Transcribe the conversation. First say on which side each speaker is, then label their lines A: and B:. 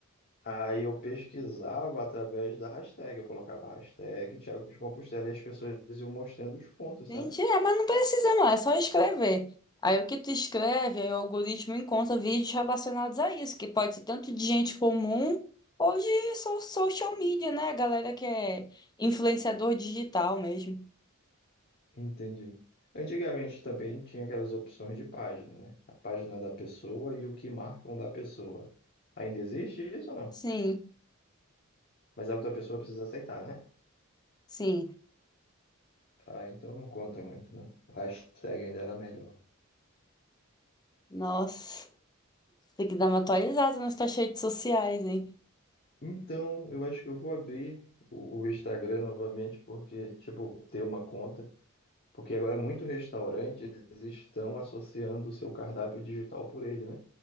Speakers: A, on the left (about 45°); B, on the left (about 20°).
A: Aí eu pesquisava através da hashtag, eu colocava a hashtag Tiago de Compostela e as pessoas iam mostrando os pontos,
B: Entendi,
A: sabe?
B: é, mas não precisa não, é só escrever. Aí o que tu escreve, aí o algoritmo encontra vídeos relacionados a isso, que pode ser tanto de gente comum ou de so- social media, né? A galera que é influenciador digital mesmo.
A: Entendi. Antigamente também tinha aquelas opções de página, né? A página da pessoa e o que marcam da pessoa. Ainda existe isso ou não?
B: Sim,
A: Mas a outra pessoa precisa aceitar, né?
B: sim.
A: Ah, então não conta muito, não. O hashtag ainda era melhor.
B: Nossa, tem que dar uma atualizada nas tuas redes sociais, hein?
A: Então, eu acho que eu vou abrir o, o Instagram novamente, porque, tipo, ter uma conta. Porque agora muitos restaurantes estão associando o seu cardápio digital por ele, né?